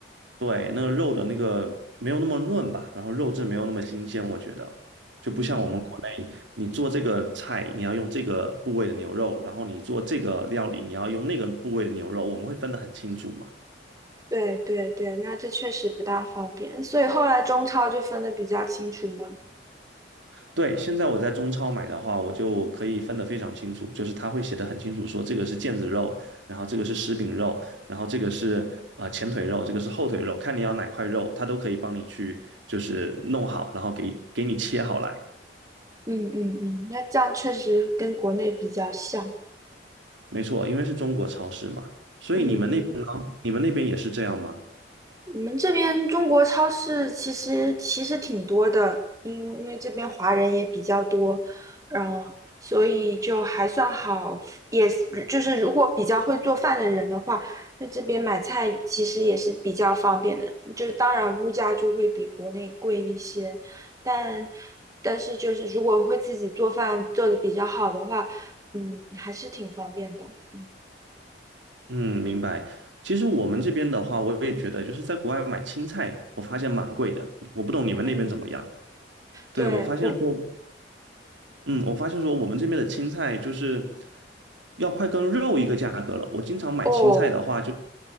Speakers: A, on the right (about 80°); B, on the right (about 20°).
A: 对，那个肉的那个没有那么嫩吧，然后肉质没有那么新鲜，我觉得就不像我们国内，
B: 嗯，
A: 你做这个菜你要用这个部位的牛肉，然后你做这个料理你要用那个部位的牛肉，我们会分得很清楚嘛。
B: 对对对，那这确实不大方便，所以后来中超就分的比较清楚嘛。
A: 对，现在我在中超买的话，我就可以分得非常清楚，就是它会写得很清楚，说这个是腱子肉，然后这个是食饼肉，然后这个是啊、呃前腿肉，这个是后腿肉，看你要哪块肉，它都可以帮你去就是弄好，然后给给你切好来。
B: 嗯嗯嗯，那这样确实跟国内比较像。
A: 没错，因为是中国超市嘛，所以你们那边呢？
B: 嗯嗯。
A: 你们那边也是这样吗？
B: 我们这边中国超市其实其实挺多的，因因为这边华人也比较多，然后所以就还算好，也是就是如果比较会做饭的人的话，那这边买菜其实也是比较方便的，就是当然物价就会比国内贵一些，但但是就是如果会自己做饭做的比较好的话，嗯，还是挺方便的，嗯，
A: 嗯，明白。其实我们这边的话，我也觉得就是在国外买青菜，我发现蛮贵的。我不懂你们那边怎么样？
B: 嗯
A: 对，
B: 对我
A: 我发现说，嗯，我发现说我们这边的青菜就是要快跟肉一个价格了。我经常买青菜的话就，
B: 哦，